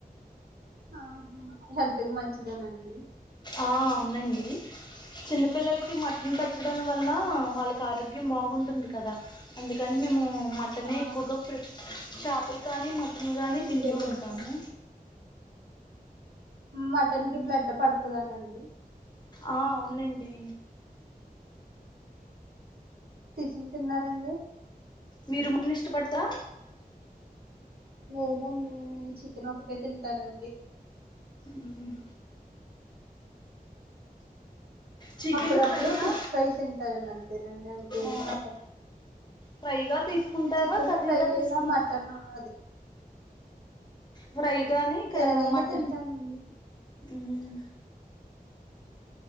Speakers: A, on the right; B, on the left.
A: ఆహా హెల్త్కిి మంచిదేనండి
B: ఆ అవునండి చిన్నపిల్లలకి మటన్ పెట్టడం వల్ల వాళ్ళకి ఆరోగ్యం బాగుంటుంది కదా అందుకని మేము మటనే
A: ఆ
B: ఎకుగా ప్రీ చేాపలు కానీ మ గాని
A: ప్రిపేర్
B: తింటూ
A: చేస్తా
B: ఉంటాము
A: మటన్ కి బ్లెడ్ పడుతుందానండి
B: ఆ అవునండి
A: టిఫిన్ తిన్నారండి
B: మీరు మన్న ఇష్టపడతా
A: లేనమ్మ నేను చికెన్ ఒకటే తింటానండి
B: ఉమ్ చికెన్
A: అప్పుడప్పుడు
B: ఫ్రైయా
A: ఫిష్ ఫ్రై తింటారండి అంతేనండి దనికి ఏమి
B: ఆ
A: మటన్
B: ఫ్రైగా తీసుకుంటారా
A: చికెన్
B: కర్రీగా
A: ఫ్రై
B: తీసుకుంట
A: అయినా మటన్ అది
B: ఫ్రై కానీ క
A: ఎలాగైనా
B: మటన్
A: తింటానండి
B: ఉమ్